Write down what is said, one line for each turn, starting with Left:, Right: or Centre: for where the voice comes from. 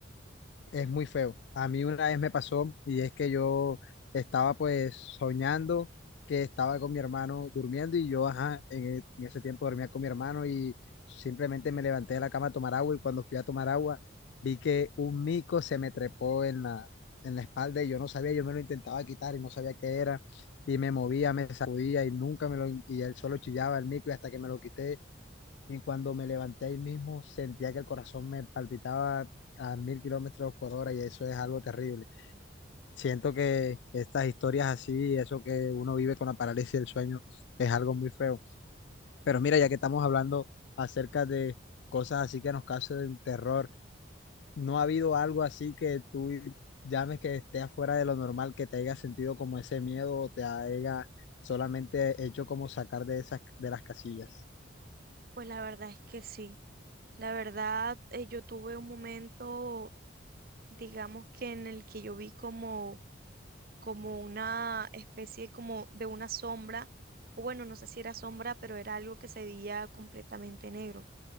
Left: es muy feo. A mí una vez me pasó y es que yo estaba pues soñando que estaba con mi hermano durmiendo y yo, ajá, en, e- en ese tiempo dormía con mi hermano y simplemente me levanté de la cama a tomar agua y cuando fui a tomar agua vi que un mico se me trepó en la, en la espalda y yo no sabía, yo me lo intentaba quitar y no sabía qué era y me movía, me sacudía y nunca me lo, y él solo chillaba el mico y hasta que me lo quité y cuando me levanté ahí mismo, sentía que el corazón me palpitaba a mil kilómetros por hora y eso es algo terrible. Siento que estas historias así, eso que uno vive con la parálisis del sueño, es algo muy feo. Pero mira, ya que estamos hablando acerca de cosas así que nos causen terror, ¿no ha habido algo así que tú llames que esté afuera de lo normal, que te haya sentido como ese miedo o te haya solamente hecho como sacar de esas, de las casillas?
Right: Pues la verdad es que sí. La verdad, eh, yo tuve un momento, digamos que en el que yo vi como, como una especie como de una sombra, o bueno, no sé si era sombra, pero era algo que se veía completamente negro.